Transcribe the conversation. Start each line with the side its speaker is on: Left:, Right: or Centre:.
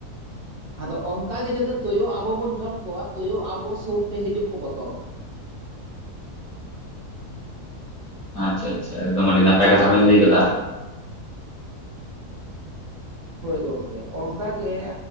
Right: ᱟᱫᱚ ᱚᱱᱠᱟ ᱜᱮ ᱡᱩᱫᱤ ᱛᱩᱭᱩ ᱟᱵᱚ ᱵᱚᱱ ᱡᱚᱢ ᱠᱚᱣᱟ ᱛᱩᱭᱩ ᱟᱵᱚ ᱥᱩᱨᱛᱮ ᱦᱤᱡᱩᱜ ᱠᱚ ᱵᱚᱛᱚᱨᱚᱜᱼᱟ ᱾
Left: ᱟᱪᱪᱷᱟ ᱟᱪᱪᱷᱟ ᱮᱠᱫᱚᱢ ᱟᱹᱰᱤ ᱱᱟᱯᱟᱭ ᱠᱟᱛᱷᱟ ᱵᱮᱱ ᱞᱟᱹᱭ ᱟᱠᱟᱫᱟ ᱾ <inaudible>
Right: ᱦᱳᱭ ᱜᱚᱢᱠᱮ, ᱚᱱᱠᱟ ᱜᱮ